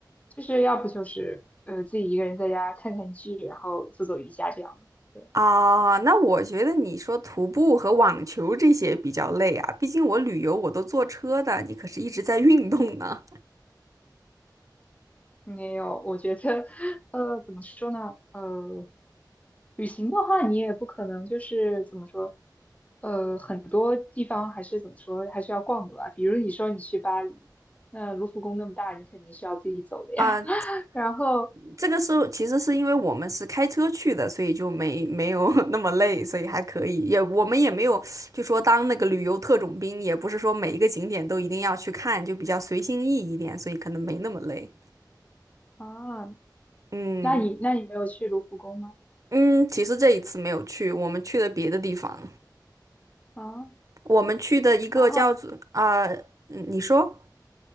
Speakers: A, on the left; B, on the right.
A: 就是要不就是呃自己一个人在家看看剧，然后做做瑜伽这样的。对，
B: 啊，那我觉得你说徒步和网球这些比较累啊，毕竟我旅游我都坐车的，你可是一直在运动呢。
A: 没有，我觉得 <laughs> 呃怎么说呢？呃，旅行的话，你也不可能就是怎么说，呃，很多地方还是怎么说，还是要逛的吧。比如你说你去巴黎，那卢浮宫那么大，你肯定是要自己走的呀。
B: 啊，
A: <laughs> 然后
B: 这个是其实是因为我们是开车去的，所以就没没有 <laughs> 那么累，所以还可以。也我们也没有就说当那个旅游特种兵，也不是说每一个景点都一定要去看，就比较随心意一点，所以可能没那么累。
A: 啊，
B: 嗯
A: 那你那你没有去卢浮宫吗？
B: 嗯，其实这一次没有去，我们去的别的地方。
A: 啊，
B: 我们去的一个叫做啊、
A: 然后
B: 嗯你说